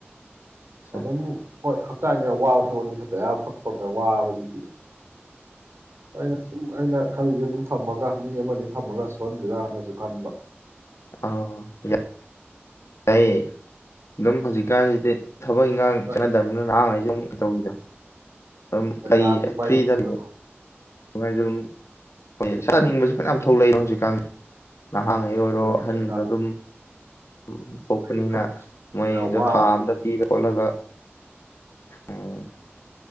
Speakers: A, on the left (about 80°); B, on the right (about 85°).
A: ꯑꯠꯆꯥ
B: ꯑꯗꯨꯝ ꯍꯣꯏ ꯍꯛꯆꯥꯡꯗ ꯌꯥꯝ ꯋꯥꯕ ꯊꯕꯛꯅꯤꯗ ꯇꯌꯥꯔ ꯐꯛꯄꯒ ꯋꯥꯕꯁꯤꯗꯤ ꯑꯩꯅ ꯁꯨꯝ ꯑꯩꯅ ꯈꯜꯂꯤꯁꯦ ꯑꯗꯨꯝ ꯊꯝꯃꯒ ꯃꯤ ꯑꯃꯅꯤ ꯊꯝꯃꯒ ꯁꯨꯍꯟꯁꯤꯔꯥꯅꯁꯨ ꯈꯟꯕ
A: ꯑ ꯌꯥ ꯇꯌꯦ ꯑꯗꯨꯝ ꯍꯧꯖꯤꯛꯀꯥꯟꯁꯤꯗꯤ ꯊꯕꯛ ꯏꯟꯈꯥꯡ
B: ꯍꯣꯏ
A: ꯆꯠꯅꯗꯕꯅꯤꯅ ꯅꯍꯥꯡꯉꯩꯁꯨ ꯑꯃꯨꯛ ꯇꯧꯔꯤꯗ ꯑꯗꯨꯝ
B: ꯄꯩꯁꯥꯁꯨ
A: ꯂꯩ
B: ꯄꯥꯏꯅꯤꯡꯉꯤꯗ
A: ꯐ꯭ꯔꯤꯗ ꯅꯨꯡꯉꯥꯏꯖꯔꯝꯅꯤ ꯍꫭꯌꯦ ꯇꯥꯟꯅꯤꯡꯕꯁꯨ ꯐꯟꯌꯥꯝ ꯊꯣꯛꯂꯛꯏꯗ ꯍꯧꯖꯤꯛꯀꯥꯟꯁꯦ ꯅꯍꯥꯡꯉꯩ ꯑꯣꯏꯔꯣ
B: ꯑꯗꯨꯅꯦ
A: ꯑꯍꯟꯗ
B: ꯄꯩꯁꯥ
A: ꯑꯗꯨꯝ ꯎꯝ ꯄꯣꯛꯄꯅꯤꯅ
B: ꯑꯗꯒꯤ ꯊꯕꯛꯁꯨ
A: ꯃꯣꯏꯗꯣ
B: ꯌꯥꯝ ꯋꯥꯕ
A: ꯊꯥ ꯑꯝꯗ ꯄꯤꯔ ꯈꯣꯠꯂꯒ ꯎꯝ